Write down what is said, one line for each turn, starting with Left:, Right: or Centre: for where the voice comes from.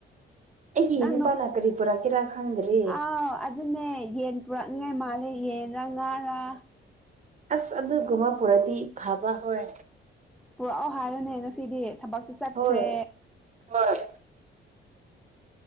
Right: ꯑꯩꯒꯤ
Centre: ꯅꯪ
Right: ꯅꯨꯄꯥꯅ ꯀꯔꯤ ꯄꯨꯔꯛꯀꯦꯔꯥ ꯈꯪꯗ꯭ꯔꯤ
Centre: ꯑꯥꯎ ꯑꯗꯨꯅꯦ ꯌꯦꯟ ꯄꯨꯔꯛꯅꯤꯉꯥꯏ ꯃꯥꯂꯦ ꯌꯦ ꯔ ꯉꯥꯔ
Right: ꯑꯁ ꯑꯗꯨꯒꯨꯝꯕ ꯄꯨꯔꯗꯤ ꯐꯕ ꯍꯣꯏ
Centre: ꯄꯨꯔꯛꯑꯣ ꯍꯥꯏꯌꯨꯅꯦ ꯉꯁꯤꯗꯤ ꯊꯕꯛꯁꯦ ꯆꯠꯈ꯭ꯔꯦ
Right: ꯍꯣꯏ ꯍꯣꯏ